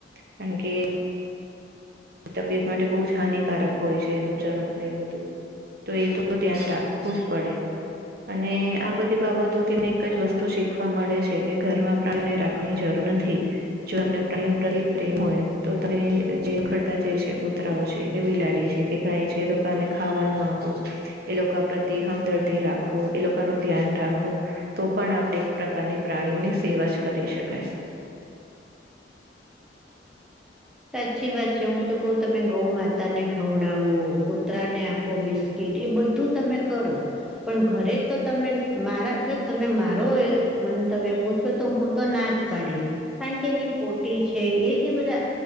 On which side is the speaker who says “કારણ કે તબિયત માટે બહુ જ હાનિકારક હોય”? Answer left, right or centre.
Right